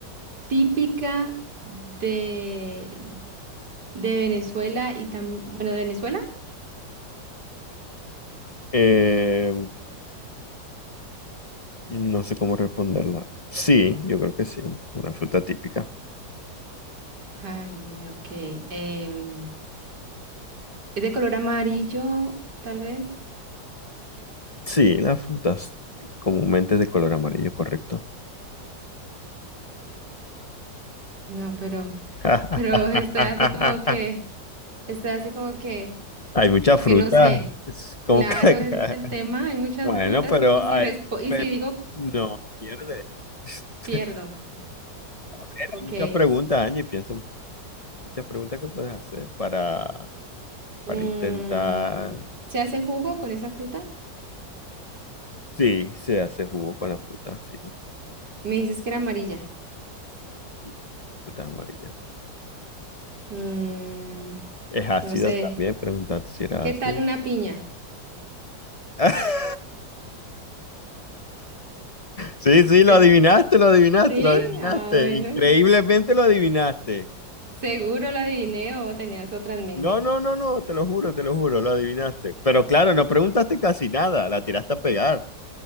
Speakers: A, on the right; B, on the left.
A: típica de, de Venezuela y también, bueno, de Venezuela.
B: Eh, no sé cómo responderla. Sí, yo creo que sí, una fruta típica.
A: Ay, ok. em, es de color amarillo, tal vez.
B: Sí, las frutas comúnmente de color amarillo, correcto.
A: No, pero,
B: <laughs>
A: pero estoy así como que, estoy así como que,
B: Hay muchas
A: como
B: frutas,
A: que no sé.
B: es como
A: Claro,
B: que- <laughs>
A: ese es el tema. Hay muchas
B: Bueno,
A: frutas
B: pero
A: y si
B: hay-
A: respo- y
B: pe-
A: si digo,
B: no, pierde. <laughs>
A: pierdo.
B: A ver,
A: Ok.
B: Hay muchas preguntas, Angie, piensa un muchas preguntas que puedes hacer para,
A: Mm,
B: para intentar.
A: ¿se hace jugo con esa fruta?
B: Sí, se hace jugo con la fruta, sí.
A: Me dices que era amarilla.
B: Sí. Fruta amarilla.
A: Mm,
B: Es ácida
A: no sé.
B: también, preguntaste si era
A: ¿Qué
B: ácida.
A: tal una piña?
B: <laughs> Sí, sí,
A: Eh,
B: lo adivinaste, lo adivinaste,
A: ¿Sí?
B: lo adivinaste.
A: Ah, bueno.
B: Increíblemente lo adivinaste.
A: Seguro la adiviné o tenías otra en mente.
B: No, no, no, no, te lo juro, te lo juro, lo adivinaste. Pero claro, no preguntaste casi nada, la tiraste a pegar.